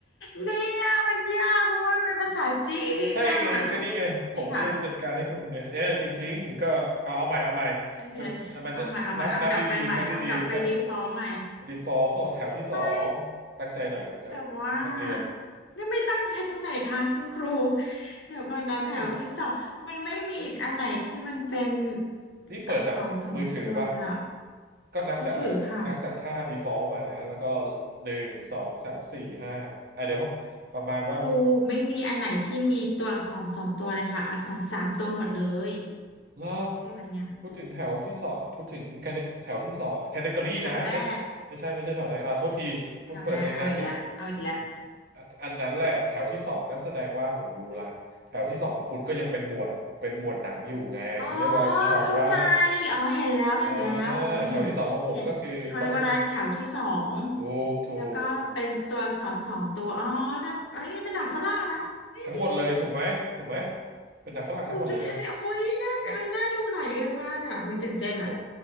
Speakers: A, on the left (about 75°); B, on the right (about 50°).
A: เนี่ยมันยากเพราะว่ามันเป็นภาษาจีนน่ะ
B: <laughs> ถ้ายังไงก็นี่ไง
A: โอเคค่ะ
B: ผมก็เลยจัดการให้คุณเนี่ยเนี่ยจริงๆก็เอาเอาใหม่เอาใหม่
A: โอเค
B: มันมันจะนับนับดีๆนับดีๆถ้า
A: เอาใหม่เอาใหม่เอากลับไปใหม่เอากลับไป default
B: <laughs>
A: ใหม่
B: default ของแถวที่สอง
A: ไม่
B: ตั้งใจหน่อยตั้งใจหน่อยนักเรียน
A: แต่ว่านี่ไม่ตั้งใจตรงไหนคะคุณครูเดี๋ยวก่อนนะแถวที่สองมันไม่มีอีกอันไหนที่มันเป็น
B: <laughs> นี่เปิดจากมือถือป่ะ
A: อักษรสองตัวเลยอะ
B: ก็นับจาก
A: มือถือค่ะ
B: นับจากค่า default มานะ แล้วก็หนึ่งสองสามสี่ห้าอ่ะเดี๋ยวประมาณว่า
A: ครูไม่มีอันไหนที่มีตัวอักษรสองตัวเลยค่ะอักษรสามตัวหมดเลย
B: ล่อ
A: ใช่ไหมเนี่ย
B: พูดถึงแถวที่สองพูดถึง cate- แถวที่สองแคตตากรีนะไม่
A: แถวแรก
B: ไม่ใช่ไม่ใช่แถวแรกอ่าโทษทีคุณเปิดในนั้นน่ะ
A: แถวแรกเอาอีกแล้วเอาอีกแล้ว
B: อะอันนั้นแหละแถวที่สองนั้นแสดงว่าผมรู้ละแถวที่สองของคุณก็ยังเป็นหมวดเป็นหมวดหนังอยู่ไงเขาเรียกว่าชอนรา
A: อ๋อเข้าใจอ๋อเห็นแล้วเห็นแล้วอ๋อเห็นเห็นเขาเรียกว่าอะไรแถวที่สอง
B: เออแถวที่สองของผมก็คือต้องคุณถูกถูก
A: แล้วก็เป็นตัวอักษรสองตัวอ๋อแต่เอ้ยเป็นหนังฝรั่งแล้วเฮ้ยดี
B: ทั้งหมดเลยถูกไหมถูกไหมเป็นหนังฝรั่งทั้งหมดเลยฮะ
A: โอ้ดูแค่เลยโอ้ยน่าเอ้ยน่าดูหลายเรื่องมากอ่ะเฮ้ยตื่นเต้นอ่ะ
B: โอ้โห